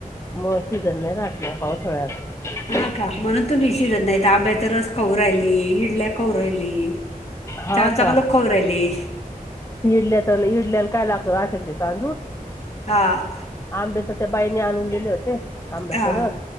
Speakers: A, on the left (about 20°); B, on the left (about 45°).
A: मग सीझन नाही राहत ना, पावसाळ्यात.
B: हा का म्हणून तुम्ही शिजत नाहीत आंब्याचा रस खावू राहिले, इडल्या खावू राहिले
A: हा
B: चांगलं चांगल
A: का
B: खावू राहिले.
A: इडल्या तर इडल्याला काय लागतं, राशनचे तांदुळ?
B: हा.
A: आंबे तर त्या बाईने आणून दिले होते, आंब्याचा
B: हा
A: रस